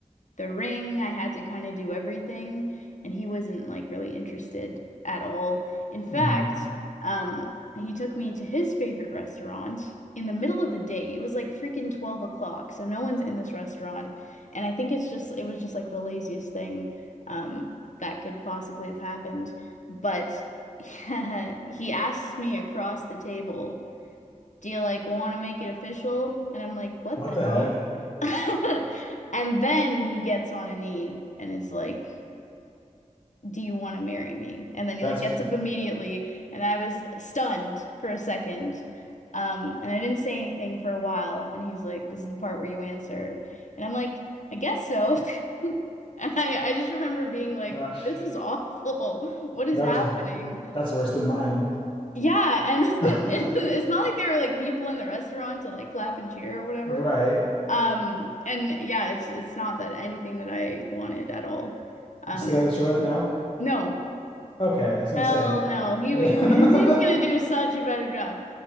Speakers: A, on the left; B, on the left.
A: the ring. I had to kind of do everything, and he wasn't like really interested at all. In fact,
B: hmm
A: um, he took me to his favorite restaurant in the middle of the day. It was like freaking 12 o'clock, so no one's in this restaurant. And I think it's just it was just like the laziest thing um, that could possibly have happened. But <laughs> he asked me across the table do you like want to make it official? And I'm like, what
B: What
A: the
B: the
A: hell?
B: heck?
A: <laughs> And then he gets on a knee and is like, do you want to marry me? And then he
B: That's
A: like gets up immediately, and I was stunned for a second. Um, and I didn't say anything for a while, and he's like, this is the part where you answer. And I'm like, I guess so. <laughs> And I, I just remember being like,
B: gosh.
A: this is awful. <laughs> What is
B: That
A: happening?
B: was that's worse than mine.
A: Yeah, and <laughs>
B: <laughs>
A: it's it's not like there were like people in the restaurant to like clap and cheer or whatever.
B: Right.
A: Um, and yeah, it's it's not that anything that I wanted at all. Um,
B: It's the guy that you're with now?
A: no,
B: Okay, I was gonna
A: hell
B: say
A: no.
B: <laughs>
A: He
B: I
A: he he's, he's gonna do such a better job.